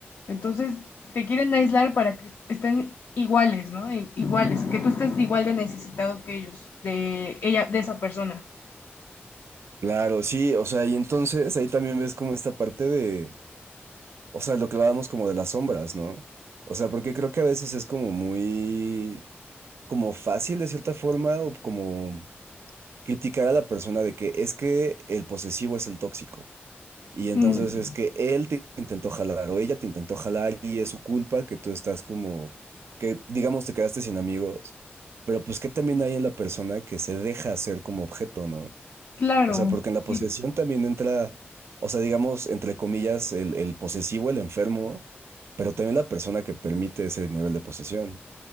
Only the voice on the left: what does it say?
Entonces, te quieren aislar para que estén iguales, ¿no? I- iguales, que tú estés igual de necesitado que ellos, de ella, de esa persona.
Mm,
claro,
sí,